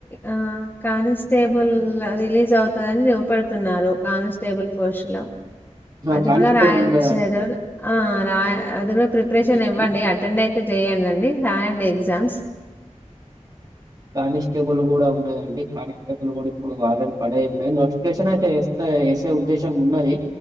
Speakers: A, on the left (about 15°); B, on the right (about 30°).
A: అహ్ కానిస్టేబుల్ రిలీజ్ జ్ అవుతదని చూపెడతున్నారు కానిస్టేబుల్ పోస్ట్ లో
B: ఆ!
A: అది
B: కానిస్టేబుల్
A: గుడా రాయచ్చేదొ
B: ఉన్నదండి
A: అహ్ రా అది గుడ ప్రిపరేషన్
B: ఇప్పుడు.
A: ఇవ్వండి అటెండ్ అయ్ జేయనండి హ్యాండ్ ఎగ్జామ్స్
B: కానిస్టేబుల్ గూడా ఉన్నయండి కానిస్టేబుల్ గుడా ఇప్పుడు వారెంట్ పడె ఉన్నాయి నోటిఫికేషన్ అయితే చేస్ ఉద్దేశం ఉన్నది